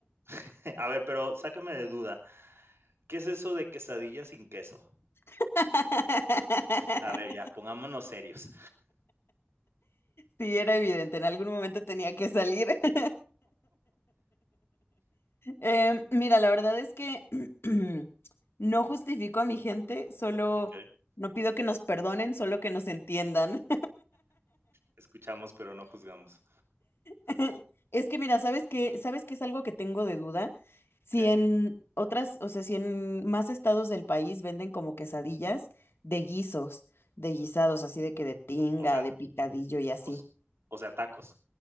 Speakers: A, on the right; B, on the left.
A: <laughs> A ver, pero sácame de duda, ¿qué es eso de quesadilla sin queso?
B: <laughs>
A: A ver, ya, pongámonos serios,
B: Sí, era evidente, en algún momento tenía que salir. <laughs> Em, mira, la verdad es que <clears throat> no justifico a mi gente, solo
A: ¿ok?
B: no pido que nos perdonen, solo que nos entiendan.
A: Escuchamos, pero no juzgamos.
B: <laughs> Es que mira, ¿sabes qué? ¿Sabes qué es algo que tengo de duda? Si
A: ¿Qué?
B: en otras, o sea, si en más estados del país venden como quesadillas de guisos, de guisados, así de que de tinga,
A: O sea,
B: de picadillo y así.
A: os- o sea, tacos.